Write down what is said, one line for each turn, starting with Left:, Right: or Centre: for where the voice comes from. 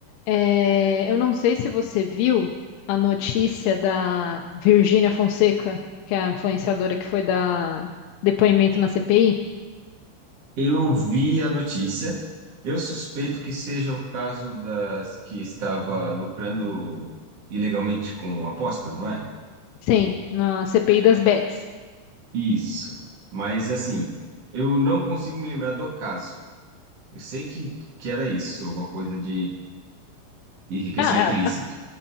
Left: É, eu não sei se você viu a notícia da Virgínia Fonseca, que é a influenciadora que foi dar depoimento na CPI.
Right: Eu vi a notícia. Eu suspeito que seja o caso das que estava lucrando ilegalmente com apostas, não é?
Left: Sim, na CPI das Bets.
Right: Isso. Mas assim, eu não consigo me lembrar do caso. Eu sei que, que era isso, alguma coisa de enriquecimento
Left: Ah,
Right: ilícito.